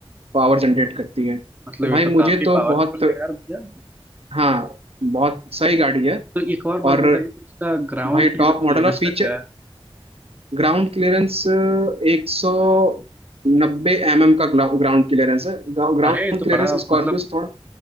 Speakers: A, on the right (about 80°); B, on the right (about 15°).
A: पावर जनरेट करती है तो
B: मतलब
A: भाई
B: ये तो
A: मुझे
B: काफी
A: तो
B: पावरफुल
A: बहुत
B: है यार भैया
A: हाँ बहुत सही गाड़ी है
B: तो एक और बात
A: और
B: बताइए तो इसका ग्राउंड
A: भाई
B: क्लियरेंस
A: टॉप मॉडल और feature
B: का क्या है
A: ground clearance एक सौ नब्बे M M का ग्राउंड क्लियरेंस है ग्राउंड
B: अरे ये तो
A: क्लियरेंस
B: बड़ा
A: स्कॉर्पियो
B: मतलब
A: से थोड़ा